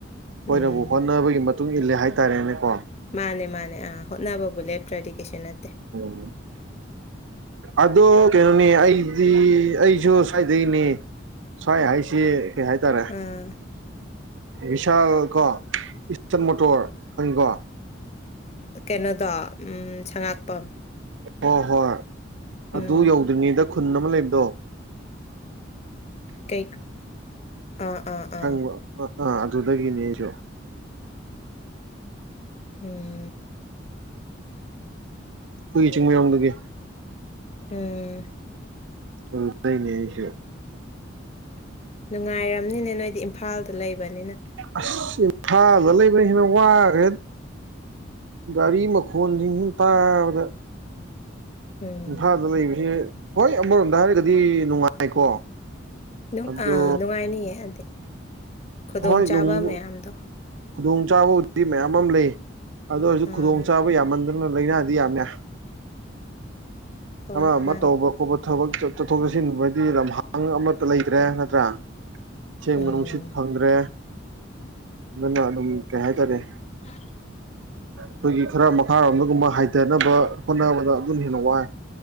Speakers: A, on the right (about 75°); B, on the left (about 35°).
A: ꯍꯣꯏꯅꯕꯨ
B: ꯎꯝ
A: ꯍꯣꯠꯅꯕꯒꯤ ꯃꯇꯨꯡ ꯏꯜꯂꯦ ꯍꯥꯏꯇꯥꯔꯦꯅꯦꯀꯣ
B: ꯃꯥꯅꯦ ꯃꯥꯅꯦ ꯑꯥ ꯍꯣꯠꯅꯕꯕꯨ ꯂꯦꯞꯇ꯭ꯔꯦꯗꯤ ꯀꯩꯁꯨ ꯅꯠꯇꯦ
A: ꯎꯝ ꯑꯗꯣ ꯀꯩꯅꯣꯅꯤ ꯑꯩꯗꯤ ꯑꯩꯁꯨ ꯁꯋꯥꯏꯗꯩꯅꯦ ꯁ꯭ꯋꯥꯏ ꯍꯥꯏꯁꯦ ꯀꯩ ꯍꯥꯏꯇꯥꯔꯦ
B: ꯎꯝ
A: ꯕꯤꯚꯤꯁꯥꯜ ꯀꯣ ꯏꯁꯇꯟ ꯃꯣꯇꯣꯔ ꯈꯪꯉꯤꯀꯣ
B: ꯀꯩꯅꯣꯗꯣ ꯎꯝ ꯁꯝꯉꯥꯛꯄꯝ
A: ꯍꯣꯏ ꯍꯣꯏ
B: ꯎꯝ
A: ꯑꯗꯨ ꯌꯧꯗ꯭ꯔꯤꯉꯩꯗ ꯈꯨꯟ ꯑꯃ ꯂꯩꯕꯗꯣ
B: ꯀꯩ ꯑꯥ ꯑꯥ
A: ꯈꯪꯕꯔꯣ
B: ꯑꯥ
A: ꯑ ꯑꯥ ꯑꯗꯨꯗꯒꯤꯅꯦ ꯑꯩꯖꯨ
B: ꯎꯝ
A: ꯍꯨꯏ ꯆꯤꯡꯃꯩꯔꯣꯡꯗꯒꯤ
B: ꯎꯝ
A: ꯎ ꯂꯩꯅꯦ ꯑꯩꯁꯨ
B: ꯅꯨꯡꯉꯥꯏꯔꯝꯅꯤꯅꯦ ꯅꯣꯏꯗꯤ ꯏꯝꯐꯥꯜꯗ ꯂꯩꯕꯅꯤꯅ
A: ꯑꯁ ꯏꯐꯥꯜꯗ ꯂꯩꯕ꯭ꯔꯥ ꯍꯦꯟꯅ ꯋꯥꯒ꯭ꯔꯦ ꯒꯥꯔꯤ ꯃꯈꯣꯟꯖꯤꯡꯖꯤ ꯇꯥꯕꯗ
B: ꯎꯝ
A: ꯏꯝꯐꯥꯜꯗ ꯂꯩꯕꯕꯁꯤ ꯍꯣꯏ ꯑꯃꯔꯣꯝꯗ ꯍꯥꯏꯔꯒꯗꯤ ꯅꯨꯡꯉꯥꯏꯀꯣ
B: ꯅꯨꯡ
A: ꯑꯗꯣ
B: ꯑ ꯅꯨꯡꯉꯥꯏꯅꯤꯌꯦ ꯑꯗꯤ ꯈꯨꯗꯣꯡꯆꯥꯥꯕ
A: ꯍꯣꯏ ꯅꯨꯡꯕꯨ
B: ꯃꯌꯥꯝꯗꯣ
A: ꯈꯨꯗꯣꯡ ꯆꯥꯕꯕꯨ ꯃꯌꯥꯝ ꯑꯃ ꯂꯩ ꯑꯗꯨ ꯑꯣꯏꯔꯁꯨ
B: ꯑꯥ
A: ꯈꯨꯗꯣꯡ ꯆꯥꯕ ꯌꯥꯝꯃꯟꯗꯅ ꯂꯥꯏꯅꯥꯗꯤ ꯌꯥꯝꯃꯦ
B: ꯍꯣꯏ
A: ꯑꯃ ꯑꯃ
B: ꯃꯥꯅꯦ
A: ꯇꯧꯕ ꯈꯣꯠꯄ ꯊꯕꯛ ꯆꯠꯊꯣꯛ ꯆꯠꯁꯤꯟꯕꯗꯤ ꯂꯝꯍꯥꯡ ꯑꯃꯠꯇ ꯂꯩꯇ꯭ꯔꯦ ꯅꯠꯇ꯭ꯔꯥ ꯑꯁꯦꯡꯕ
B: ꯎꯝ
A: ꯅꯨꯡꯁꯤꯠ ꯐꯪꯗ꯭ꯔꯦ ꯑꯗꯨꯅ ꯑꯗꯨꯝ ꯀꯩ ꯍꯥꯏꯇꯥꯔꯦ
B: ꯑ
A: ꯈꯣꯏꯒꯤ ꯈꯔ ꯃꯈꯥꯔꯣꯝꯗꯒꯨꯝꯕ ꯍꯥꯏꯊꯅꯕ ꯍꯣꯠꯅꯕꯗ ꯑꯗꯨꯅ ꯍꯦꯟꯅ ꯋꯥꯏ